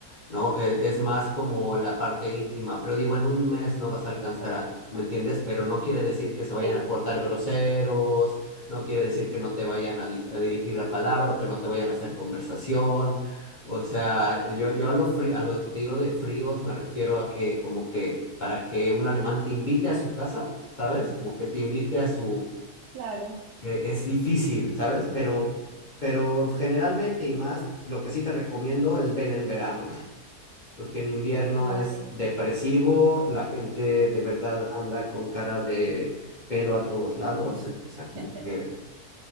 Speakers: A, on the left; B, on the right.
A: ¿no? E-
B: Ujú,
A: Es, más como la parte íntima, pero digo, en un mes no vas a alcanzar
B: ok.
A: a, ¿me entiendes? Pero no quiere decir que se vayan
B: Sí,
A: a portar groseros, no quiere decir que no te vayan a, di- a dirigir la palabra o que no te vayan a hacer conversación. O sea, yo, yo a lo frí- a lo que te digo de fríos me refiero a que como que para que un alemán te invite a su casa, ¿sabes? Como que te invite a su...
B: claro,
A: eh, es difícil, ¿sabes? Pero, pero generalmente y más, lo que sí te recomiendo es ven en verano porque en invierno
B: vale.
A: es depresivo, la gente de verdad anda con cara de pedo a todos lados, o sea, como
B: <laughs>
A: que